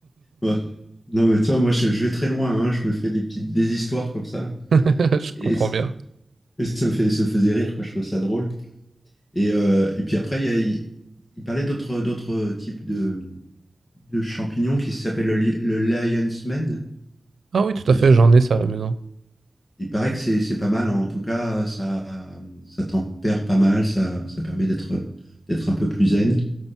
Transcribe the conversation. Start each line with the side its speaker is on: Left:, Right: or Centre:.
Left: Ouais. Non, mais toi, moi, je, je vais très loin, hein. Je me fais des petites, des histoires comme ça.
Right: Je
Left: Et,
Right: comprends bien.
Left: et ça me fait, ça me faisait rire, quoi. Je trouvais ça drôle. Et, euh, et puis après, il, y a- il- il parlait d'autres, d'autres types de, de champignons qui s'appellent le, li- le lion's mane.
Right: Ah oui, tout
Left: Je-
Right: à fait, j'en ai ça à la maison.
Left: Il paraît que c'est, c'est pas mal. En tout cas, ça, ça tempère pas mal. Ça, ça permet d'être, d'être un peu plus zen.